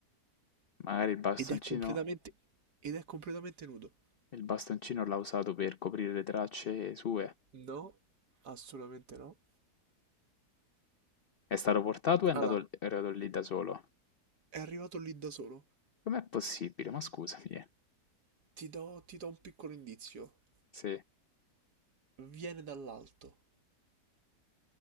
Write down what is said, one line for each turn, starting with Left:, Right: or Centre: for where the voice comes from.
Left: Magari il bastoncino,
Right: Ed è completamente, ed è completamente nudo.
Left: il bastoncino l'ha usato per coprire le tracce sue.
Right: No, assolutamente no.
Left: È stato portato e è
Right: Allora,
Left: andato, è andato lì da solo.
Right: è arrivato lì da solo.
Left: Com'è possibile? Ma scusami, eh.
Right: Ti do, ti do un piccolo indizio.
Left: Se...
Right: Viene dall'alto.